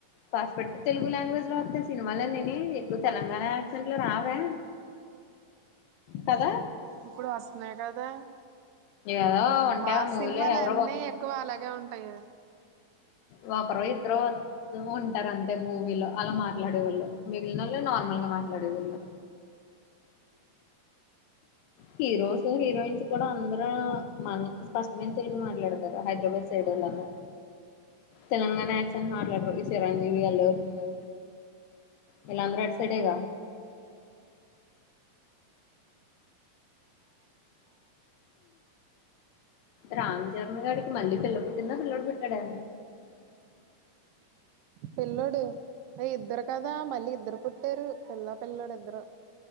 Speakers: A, on the left (about 80°); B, on the right (about 80°).
A: పర్పెక్ట్ తెలుగు లాంగ్వేజ్లొ వొత్తాయ్ సినిమాలన్నీని ఎక్కు. తెలంగాణా యాక్సెంట్లొ రావే కద.
B: ఇప్పుడు వస్తున్నాయ్ కదా.
A: ఏదో ఉంటాయి
B: మాస్సినిమాలన్నీ
A: ఆ మూవీలో ఎవరో
B: ఎక్కువ అలాగే ఉంటాయ్ గద.
A: వకరో ఇద్ద్రో <unintelligible> ఉంటారంతె మూవీలో అలా మాట్లాడేవొళ్ళు మిగిల్నొల్లె నార్మల్గ మాట్లాడేవొళ్ళు. హీరోస్ హీరోయిన్స్ కూడా అందరూ మన స్పష్టమైన్ తెలుగు మాట్లాడ్తార హైద్రాబాద్ సైడోల్లమొ తెలంగాణ యాక్సన్ మాట్లడిరు ఈ సిరంజీవి అల్లు అర్విందు వీల్లందరూ అట్ సైడేగా. రామ్ చరణ్ గాడికి మళ్ళీ పిల్ల పుట్టిందా పిల్లోడు పుట్టాడా.
B: పిల్లోడె ఎ ఇద్దరు కదా మళ్ళీ ఇద్దరు పుట్టారు. పిల్లా పిల్లడు ఇద్దరు